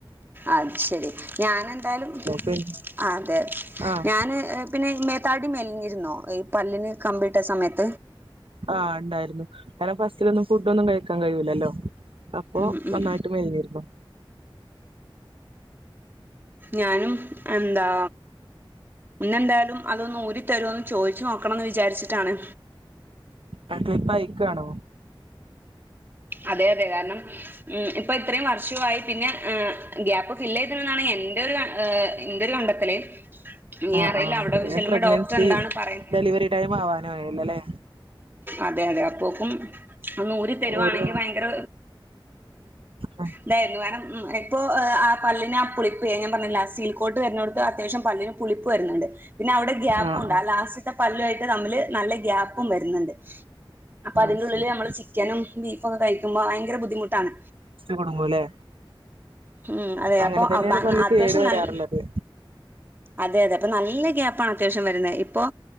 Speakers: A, on the right; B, on the right.
A: അത് ശരി ഞാനെന്തായാലും
B: പി
A: അതെ
B: ആഹ്
A: ഞാൻ പിന്നെ ഇതുമെകാട്ടി മെലിഞ്ഞിരുന്നോ ഈ പല്ലിന് കമ്പീ ഇട്ട സമയത്ത്
B: ആഹ് ഉണ്ടായിരുന്നു. കാരണം ഫസ്റ്റിലൊന്നും ഫുഡ് ഒന്നും കഴിക്കാൻ കഴിയൂലല്ലോ. അപ്പോ
A: ഉം ഉം
B: നന്നായിട്ട് മെലിഞ്ഞിരുന്നു.
A: ഞാനും എന്താ പിന്നെന്തായാലും അതൊന്ന് ഊരി തരുമോന്ന് ചോദിച്ചു നോക്കണംന്ന് വിചാരിച്ചിട്ടാണ്
B: ആട്ടെ ഇപ്പ അയക്കയാണോ
A: അതേ അതേ കാരണം ഉം ഇപ്പൊ ഇത്രയും വർഷമായി പിന്നെ ഗ്യാപ്പ് ഫില്ല് ചെയ്തിന്നാണ് എന്റെ ഒരു ഏഹ് എന്റെ ഒരു കണ്ടെത്തല് ഇനി
B: ആഹ്
A: അറിയില്ല
B: ആഹ്
A: അവിടെ ചെല്ലുമ്പോ
B: പ്രഗ്നൻസി
A: ഡോക്ടർ എന്താണ് പറയ
B: ഡെലിവറി ടൈം ആവാനയാല്ലോല്ലേ അല്ലേ
A: അതെ അതെ അപ്പോക്കും അന്ന് ഊരി തരുവാണെങ്കിൽ
B: ഒരു
A: ഭയങ്കര
B: ആഹ്
A: ഇതായിരുന്നു കാരണം ഇപ്പോ ആഹ് പല്ലിനാ പുളിപ്പേ ഞാൻ പറഞ്ഞില്ലേ സീറ്റിൽക്കോട്ട് വരുന്ന കൊണ്ട് അത്യാവശ്യം പല്ലിനും പുളിപ്പ് വരുന്നുണ്ട് പിന്നെ അവിടെ ഗ്യാപ്പും
B: ആഹ്
A: ഉണ്ട് ലാസ്റ്റത്തെ പല്ലു ആയിട്ട് തമ്മില് നല്ല ഗ്യാപ്പും വരുന്ന്ണ്ട് അപ്പ അതിന്റെ
B: ആഹ്
A: ഉള്ളില്
B: ശരി
A: നമ്മള് ചിക്കനും, ബീഫും ഒക്കെ കഴിക്കുമ്പോ ഭയങ്കര ബുദ്ധിമുട്ടാണ്
B: കുടുങ്ങുല്ലേ
A: ഉം അതെ
B: അങ്ങനെ
A: അപ്പൊ
B: തന്നെണ്
A: അത്യാവശ്യം
B: പല്ല് കേട് വരാറുള്ളത്
A: നല്ല അതെ അതെ അപ്പ നല്ല ഗ്യാപ്പാണ് അത്യാവശ്യം വരുന്നെ ഇപ്പൊ